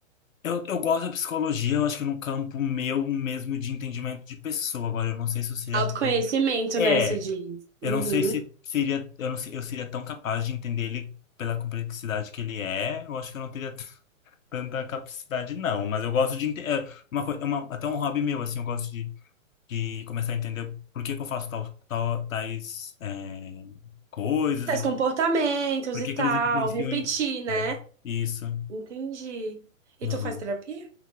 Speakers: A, on the left; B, on the right.
A: Eu, eu gosto da psicologia, eu acho que no campo meu mesmo de entendimento de pessoa. Agora, eu não sei se eu seria.
B: Autoconhecimento,
A: tão- É,
B: né, você diz?
A: eu
B: Uhum.
A: não sei se seria. Eu não sei- eu seria tão capaz de entender ele pela complexidade que ele é. Eu acho que eu não teria t- tanta capacidade, não. Mas eu gosto de. ente- É uma, coi- é uma, até um hobby meu, assim, eu gosto de, de começar a entender por que que eu faço tal, tal- tais é, coisas
B: Teste
A: e
B: comportamentos
A: por
B: e
A: que
B: tal,
A: que eles influenciam
B: repetir,
A: em.
B: né?
A: É, isso.
B: Entendi.
A: Não,
B: E tu faz
A: não.
B: terapia?